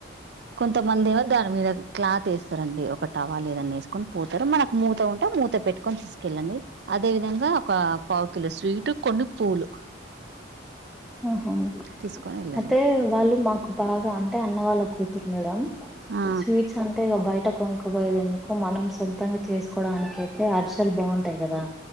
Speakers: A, on the right; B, in the centre.
A: కొంతమంది ఏమో దాని మీద క్లాత్ వేస్తారండి ఒక టవా లేదని వేసుకొని పోతారు మనకు మూత ఉంట మూత పెట్టుకొని తీసుకెళ్ళండి అదే విధంగా ఒక పావు కిలో స్వీట్ కొన్ని పూలు
B: ఆహా
A: తీసుకొని వెళ్ళండి
B: అతే వాళ్ళు మాకు బాగా అంటే అన్న వాళ్ళ కూతురు మేడం
A: ఆ
B: స్వీట్స్ అంటే బయ కొనుక్కబోయేది ఎందుకు మనం సొంతంగా చేసుకోవడానికి అయితే అర్సలు బాగుంటాయి కదా